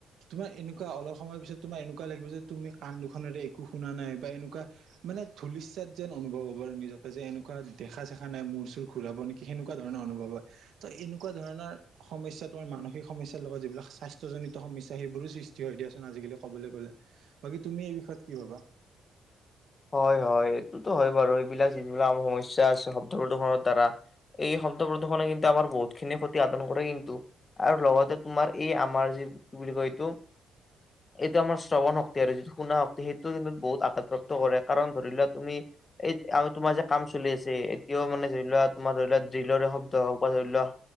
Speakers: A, on the right; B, on the left.
A: তোমাৰ এনেকুৱা অলপ সময় পিছত তোমাৰ এনেকুৱা লাগিব যে তুমি কাণ দুখনেৰে একো শুনা নাই বা এনেকুৱা মানে ধলিচ্যাত যেন অনুভৱ হ'ব আৰু নিজকে যে এনেকুৱা দেখা চেখা নাই মূৰ চুৰ ঘূৰাব নেক- কি সেনেকুৱা ধৰণৰ অনুভৱ হয়। ত এনেকুৱা ধৰণৰ সমস্যা তোমাৰ মানসিক সমস্যাৰ লগত যিবিলাক স্বাস্থ্যজনিত সমস্যা সেইবোৰো সৃষ্ট- চি দিয়াচোন আজিকালি ক'বলৈ গ'লে, বাকী তুমি এই বিষয়ত কি ভবা?
B: হয় হয় এইটোতো হয় বাৰু এইবিলাক যিবিলাক আম সমস্যা আছে শব্দ প্ৰদূষণ দ্বাৰা এই শব্দ প্ৰদূষণে কিন্তু আাৰ বহুতখিনি ক্ষতি সাধন কৰে কিন্তু। আৰু লগতে তোমাৰ এই আমাৰ যি কি বুলি কয় এইটো এইটো আমাৰ শ্ৰৱণ শক্তি আৰু যিটো সুনা শক্তি সেইটো বহুত আঘাতপ্ৰাপ্ত ত কৰে। কাৰণ ধৰি লোৱা তুমি এই আ তোমাৰ যে কাম চলি আছে এতিয়াও মানে ধৰি লোৱা তোমাৰ ধৰি লোৱা ড্ৰিলৰে শব্দ হওক বা ধৰি লোৱা